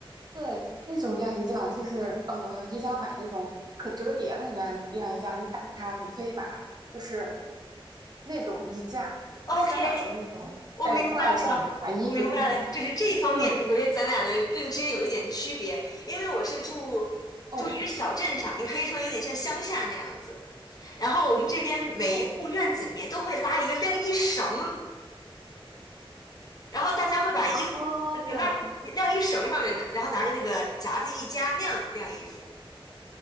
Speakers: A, on the right; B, on the left.
A: 对，那种晾衣架就是呃，宜家买那种可折叠的晾晾衣架，你打开，你可以把就是那种衣架，
B: ？OK，
A: 就是三角形的那种，
B: 我明白了，
A: 哎，挂在上面，把衣服挂在上面。
B: 我明白了，就是这一方面，
A: 嗯，
B: 我觉得咱俩的认知有一点区别，因为我是住住一个小镇上，
A: 哦
B: 也可以说有点像乡下那样子。然后我们这边每一户院子里面都会拉一个晾衣绳，
A: 哦。
B: 然后大家会把衣服那个拉晾衣绳上面拿，
A: 哦
B: 然后拿着那个夹子一夹，那样晾衣服。